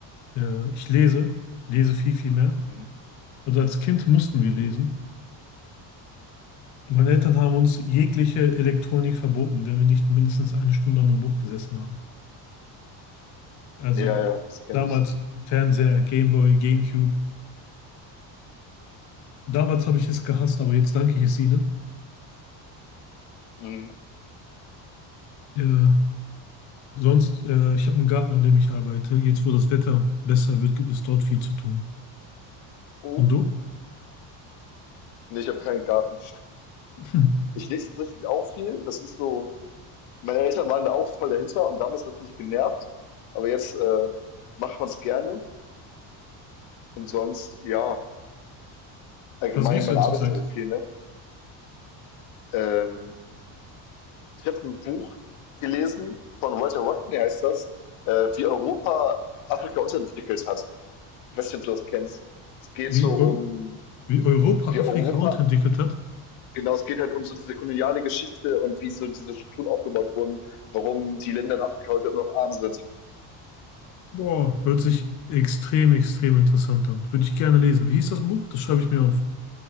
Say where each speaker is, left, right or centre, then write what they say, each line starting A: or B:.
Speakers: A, on the left (about 40°); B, on the left (about 85°).
A: äh, ich lese, lese viel, viel mehr.
B: Hm.
A: Und als Kind mussten wir lesen. Meine Eltern haben uns jegliche Elektronik verboten, wenn wir nicht mindestens eine Stunde an einem Buch gesessen haben. Also
B: Ja, ja, das kenne
A: damals
B: ich.
A: Fernseher, Gameboy, Gamecube. Damals habe ich es gehasst, aber jetzt danke ich es ihnen.
B: Hm.
A: Äh, sonst, äh, ich habe einen Garten, an dem ich arbeite. Jetzt, wo das Wetter besser wird, gibt es dort viel zu tun.
B: Oh,
A: Und du?
B: nee, ich habe keinen Garten.
A: Hm.
B: Ich lese tatsächlich auch viel. Das ist so, meine Eltern waren da auch voll dahinter und damals hat mich genervt. Aber jetzt äh, macht man es gerne. Und sonst, ja, allgemein,
A: Was liest
B: man
A: du denn
B: arbeitet
A: zurzeit?
B: halt viel, ne? Ähm, Ich habe ein Buch gelesen von Walter Rodney, heißt das, äh, wie Europa Afrika unterentwickelt hat. Ich weiß nicht, ob du das kennst. Es geht
A: Wie,
B: so
A: Eu
B: um,
A: wie Europa
B: wie
A: Afrika
B: Europa,
A: unterentwickelt hat?
B: genau, es geht halt um so diese koloniale Geschichte und wie so diese Strukturen aufgebaut wurden, warum die Länder in Afrika heute immer noch arm sind.
A: Boah, hört sich extrem, extrem interessant an. Würde ich gerne lesen. Wie hieß das Buch? Das schreibe ich mir auf.